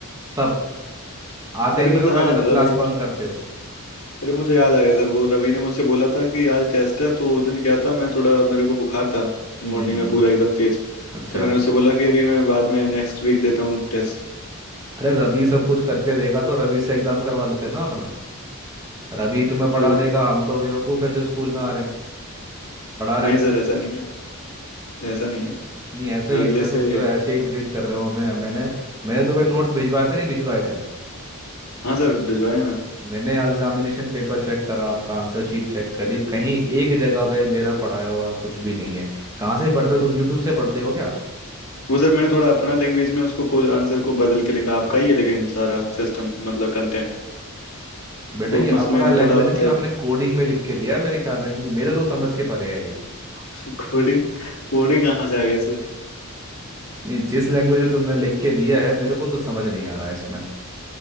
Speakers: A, on the right; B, on the left.
A: सब आते
B: अरे
A: नहीं
B: मतलब
A: हो
B: हाँ
A: पहले तो
B: रवि
A: क्लास बंक करते हो
B: अरे मुझे याद आ गया सर वो रवि ने मुझसे बोला था कि आज टेस्ट है तो उस दिन क्या था मैं थोड़ा मेरे को बुखार था
A: हम्म
B: मॉर्निंग
A: हम्म,
B: में पूरा एकदम तेज
A: अच्छा
B: तो मैंने उससे बोला कि अभी मैं बाद में नेक्स्ट वीक देता हूँ टेस्ट
A: अरे रवि सब कुछ करके देगा तो रवि से एग्जाम करवा लेते हैं ना अपना रवि तुम्हें पढ़ा
B: अरे बोला
A: देगा हम तो बेवकूफ है जो स्कूल में आ रहे हैं पढ़ा रहे
B: नहीं
A: हैं तुम्हें
B: सर ऐसा नहीं है ऐसा नहीं है
A: नहीं ऐसा ही
B: अगले
A: है ना
B: से
A: तुम तो ऐसे ही ट्रीट कर रहे हो हमें मैंने मैंने तुम्हें नोट्स भिजवाए थे नहीं भिजवाए थे
B: हाँ सर भिजवाया ना
A: मैंने एग्जामिनेशन पेपर चेक करा आपका आंसर शीट चेक करी कहीं एक जगह पे मेरा पढ़ाया हुआ कुछ भी नहीं है कहाँ से पढ़ रहे हो तुम यूट्यूब से पढ़ते हो क्या
B: वो सर मैंने थोड़ा अपना लैंग्वेज में उसको को, आंसर को बदल के लिखा आपका ही है लेकिन सारा सिस्टम मतलब कंटेंट
A: बेटा
B: वो
A: ये
B: बस
A: अपना
B: मैंने
A: लैंग्वेज
B: थोड़ा मतलब
A: नहीं आपने कोडिंग में लिख के दिया है मेरे ख्याल में क्योंकि मेरे तो समझ के परे है ये
B: <laughs> कोडिंग कोडिंग कहाँ से आ गया सर
A: नहीं जिस लैंग्वेज में तुमने लिख के दिया है मेरे को तो समझ नहीं आ रहा है इसमें